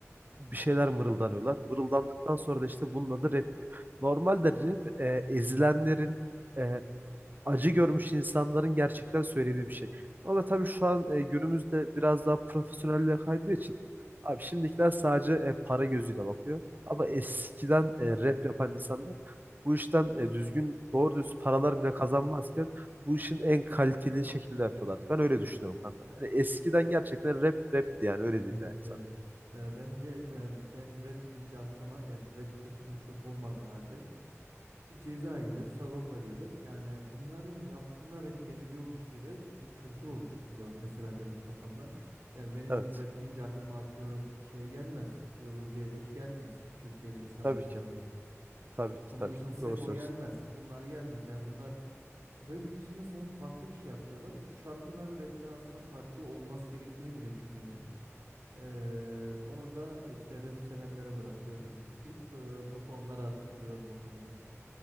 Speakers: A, on the right; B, on the right.
A: bir şeyler mırıldanıyorlar. Mırıldandıktan sonra da işte bunun adı rap diyor. Normalde rap e, ezilenlerin e, acı görmüş insanların gerçekten söylediği bir şey. Ama tabii şu an e, günümüzde biraz daha profesyonelliğe kaydığı için abi şimdikiler sadece e, para gözüyle bakıyor. Ama eskiden e, rap yapan insanlar bu işten e, düzgün doğru düz paralar bile kazanmazken bu işin en kaliteli şekilde yapıyorlardı. Ben öyle düşünüyorum kanka. Yani eskiden gerçekten rap rapti yani öyle
B: evet,
A: diyeyim yani sana.
B: evet. E, bence e, ben rap deyince aklıma yani rap kültürüm çok olmadığı halde bir Ceza gelir, Sagopa gelir. Yani bunların yaptığına rap deniliyormuş gibi bir kültür oluşturdu mesela benim kafamda. Yani benim
A: Evet.
B: rap deyince aklıma atıyorum şey gelmez. Level C5 gelmez Türkiye'deki sanatçılarda.
A: Tabii ki. Tabii ki.
B: Onun
A: Tabii
B: dışında
A: ki.
B: Sefo
A: Doğru söz.
B: gelmez. Bunlar gelmez. Yani bunlar Rap dışında sanki farklı bir şey yapıyorlar. Bu şarkının adı rapten aslında farklı olması gerektiğini bile düşünüyorum. Ee, onu da işte rap sevenlere bırakıyorum <laughs> deyip e, topu onlara atayım diyorum bu konuda.